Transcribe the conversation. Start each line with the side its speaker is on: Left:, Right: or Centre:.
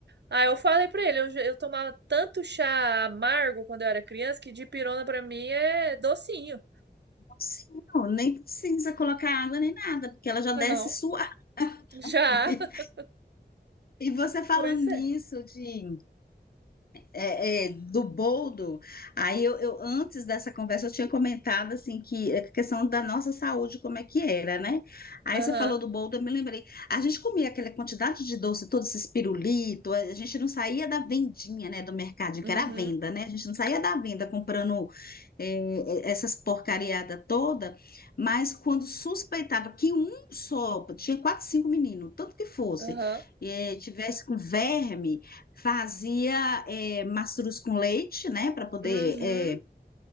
Right: Ah, eu falei pra ele, eu, já- eu tomava tanto chá amargo quando eu era criança que dipirona pra mim é docinho.
Left: Sim, não, nem precisa colocar água nem nada, porque ela já desce
Right: Não,
Left: suave.
Right: já.
Left: <laughs>
Right: <laughs>
Left: E você falando
Right: Pois
Left: nisso
Right: é.
Left: de é, é, do boldo, aí eu, eu, antes dessa conversa, eu tinha comentado, assim, que a questão da nossa saúde, como é que era, né? Aí
Right: Aham.
Left: você falou do boldo, eu me lembrei. A gente comia aquela quantidade de doce, todos esses pirulitos, a gente não saía da vendinha, né, do mercadinho,
Right: Uhum.
Left: que era a venda, né? A gente não saía da venda comprando é, é, essas porcariadas toda, mas quando suspeitava que um só, tinha quatro, cinco meninos, tanto que fosse,
Right: Aham.
Left: é, tivesse com verme, Fazia é, mastruz com leite, né? Para poder.
Right: Uhum.
Left: É...